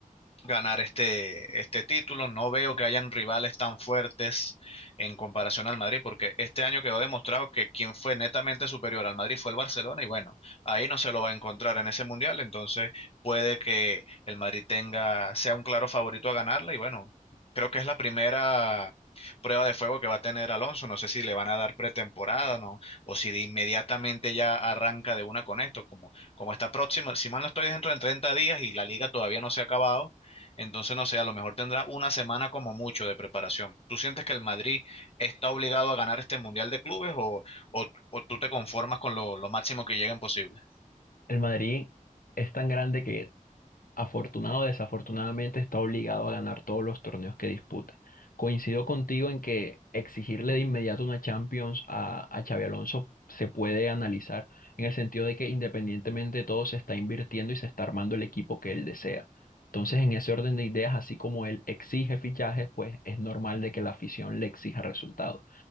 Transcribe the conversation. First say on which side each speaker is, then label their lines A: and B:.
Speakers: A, on the left (about 45°); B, on the left (about 75°).
A: ganar este, este título. No veo que hayan rivales tan fuertes en comparación al Madrid, porque este año quedó demostrado que quien fue netamente superior al Madrid fue el Barcelona y bueno, ahí no se lo va a encontrar en ese mundial, entonces puede que el Madrid tenga, sea un claro favorito a ganarla y bueno, creo que es la primera prueba de fuego que va a tener Alonso. No sé si le van a dar pretemporada, ¿no? O si de inmediatamente ya arranca de una con esto, como, como está próximo. Si mal no estoy dentro de 30 días y la liga todavía no se ha acabado, entonces, no sé, a lo mejor tendrá una semana como mucho de preparación. ¿Tú sientes que el Madrid está obligado a ganar este Mundial de Clubes o, o- o tú te conformas con lo, lo máximo que lleguen posible?
B: El Madrid es tan grande que afortunado o desafortunadamente está obligado a ganar todos los torneos que dispute. Coincido contigo en que exigirle de inmediato una Champions a, a Xabi Alonso se puede analizar en el sentido de que independientemente de todo se está invirtiendo y se está armando el equipo que él desea. Entonces, en ese orden de ideas, así como él exige fichajes, pues es normal de que la afición le exija resultados.